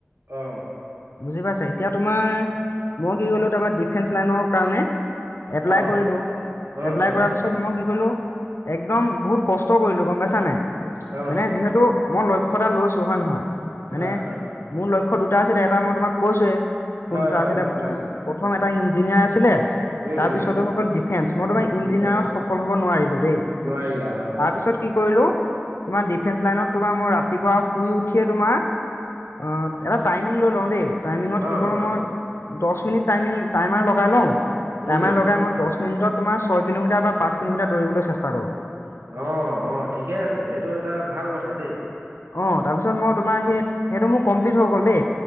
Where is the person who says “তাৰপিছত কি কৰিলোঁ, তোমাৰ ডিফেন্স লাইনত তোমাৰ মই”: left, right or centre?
Left